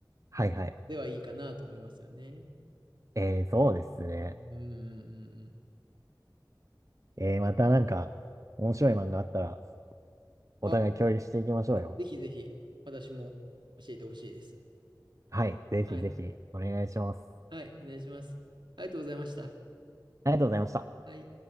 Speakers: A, on the right; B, on the right.
A: はいはい。
B: ではいいかなと思いますよね。
A: えー、そうですね。
B: うんうんうんうん。
A: えー、またなんか、面白い漫画あったら、
B: はい。
A: お互い共有していきましょうよ。
B: あ、ぜひぜひ、私も教えてほしいです。
A: はい。ぜひぜひお願いします。
B: はい。はい、お願いします。ありがとうございました。
A: ありがとうございました。
B: はい。